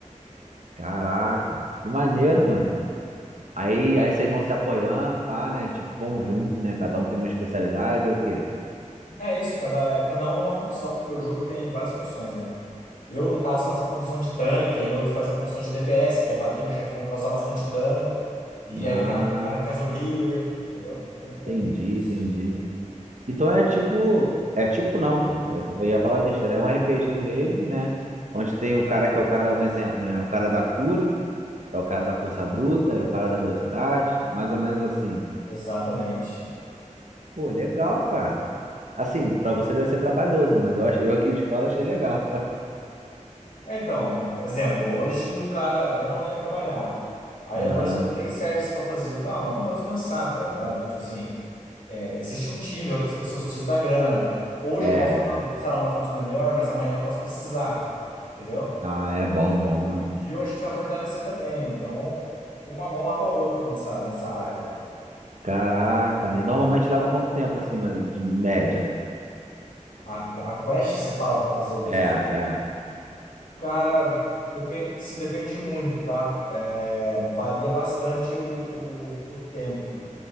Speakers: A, on the right (about 65°); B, on the left (about 80°).
A: Caraca, que maneiro, mano. Aí, aí vocês vão se apoiando, pá, né? Tipo, vão junto, né? Cada um tem uma especialidade ou o quê?
B: É isso, cada, é, cada um numa função, porque o jogo tem várias funções, né? Eu, no caso, faço a função de tanque, aí outro faz a função de DPS, que é bater no chefão, causar bastante dano. E
A: Ah,
B: aí tem a- o cara que faz o healer, entendeu? Tem, tem
A: entendi,
B: isso.
A: entendi. Então é tipo, é tipo não, pô. Eu tô, ia falar besteira, é um RPG mesmo, né? Onde tem o cara que é o cara, um exemplo, né? O cara da cura, é o cara da força bruta, é o cara da velocidade, mais ou menos assim.
B: Exatamente.
A: Pô, legal, cara. Assim, pra você deve ser trabalhoso, né? Mas eu acho, eu aqui de fora achei legal.
B: É, Então, por exemplo, hoje o cara, eu não ia trabalhar. Aí
A: Aham.
B: apareceu três serviços para fazer. Eu falei, ah, mano, não vou dispensar, tá ligado? Tipo assim, é, existe um time, outras pessoas precisam da grana. Hoje
A: É,
B: eu posso estar,
A: é.
B: sei lá, numa condição melhor, mas amanhã eu posso precisar, entendeu?
A: Ah, é bom, bom,
B: cara
A: mano.
B: pediu, a gente vai fortalecer também. Então, uma mão lava a outra nessa, nessa área.
A: Caraca, e normalmente leva quanto tempo assim, mas de média?
B: A, a quest, você fala para fazer os.
A: É,
B: ass-
A: é.
B: Cara, depende, sim, depende muito, tá? É, varia bastante o, o, o tempo.